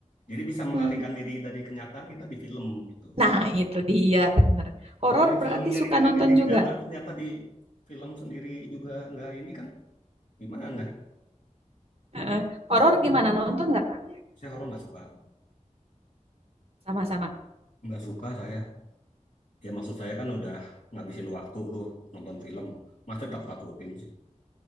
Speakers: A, on the left (about 70°); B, on the right (about 50°).
A: jadi bisa melarikan
B: mm,
A: diri dari kenyataan kita di film gitu.
B: nah itu dia bener. Horor
A: Kalau di
B: berarti
A: film melarikan
B: suka nonton
A: diri dari kenyataan
B: juga.
A: ternyata di film sendiri juga nggak ini kan gimana?
B: Heeh. Horor gimana nonton nggak Kak?
A: Saya horor nggak suka,
B: Sama-sama.
A: nggak suka saya. Ya maksud saya kan udah ngabisin waktu lu nonton film. Masa takut-takutin sih?